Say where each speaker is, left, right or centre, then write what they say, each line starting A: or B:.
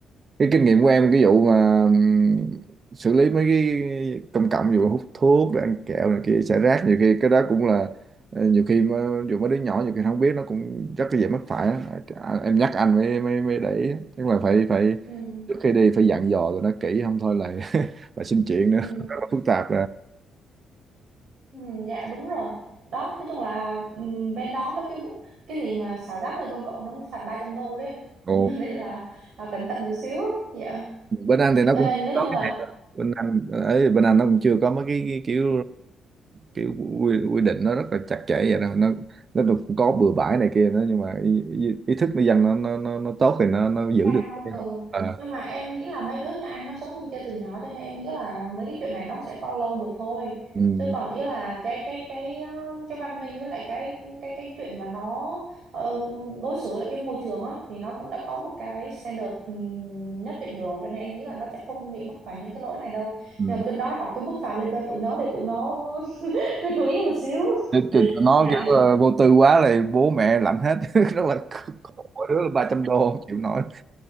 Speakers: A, on the right; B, on the right.
A: cái kinh nghiệm của em cái vụ mà ừm, xử lý mấy cái công cộng vụ hút thuốc rồi ăn kẹo này kia xả rác nhiều khi cái đó cũng là ờ, nhiều khi mà, dù mấy đứa nhỏ nhiều khi nó không biết nó cũng rất là dễ mắc phải á. À, em nhắc anh mới mới mới để ý á. chứ mà phải phải
B: Ừ.
A: trước khi đi phải dặn dò tụi nó kỹ không thôi là <laughs> là xin chuyện nữa
B: Ừ.
A: rất là phức tạp
B: Ừ. dạ đúng rồi đó nói chung là ừ, bên đó mấy cái vụ- cái gì mà xả rác nơi công cộng nó cũng phạt 300 đô đấy em.
A: rồi
B: <laughs> nên là, là cẩn thận một xíu dạ
A: bên Anh thì nó
B: cho
A: cũng
B: nên nói
A: có
B: chung
A: cái
B: là
A: này rồi. bên Anh ấy bên Anh nó cũng chưa có mấy cái, cái kiểu kiểu quy, quy định nó rất là chặt chẽ vậy đâu nó nó cũng có bừa bãi này kia nữa nhưng mà ý, ý, ý thức người dân nó nó nó, nó tốt thì nó nó giữ
B: cao
A: được cái
B: ừ.
A: không à,
B: nhưng mà em nghĩ là mấy đứa nhà anh nó sống bên kia từ nhỏ cho nên em nghĩ là mấy cái chuyện này nó sẽ follow được thôi
A: ừ,
B: chứ còn ý là cái cái cái ờ, cái văn minh với lại cái cái cái chuyện mà nó ờ, đối xử lại cái môi trường á thì nó cũng đã có một cái standard ừm, nhất định rồi cho nên em nghĩ là nó sẽ không bị mắc phải những cái lỗi này đâu
A: ừ.
B: nhưng mà cứ nói đọc cái mức phạt lên cho tụi nó để tụi nó <laughs> chú ý một xíu
A: Chứ- chứ tụi nó
B: dạ
A: kiểu ờ, vô tư quá là bố mẹ lạnh hết <laughs> rất là khổ mỗi đứa là ba trăm đô không chịu nổi